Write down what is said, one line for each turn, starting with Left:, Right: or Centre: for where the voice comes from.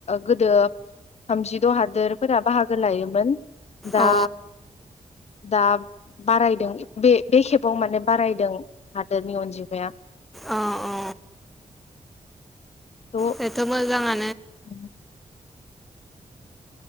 Left: गोदो थामजिद हादोरफोरा बाहागो लायोमोन। दा
Centre: अ
Left: दा बारायदों बे बे खेबाव माने बारायदों हादोरनि अनजिमाया।
Centre: अ अ
Left: थ'
Centre: बेथ मोजाङा
Left: <inaudible>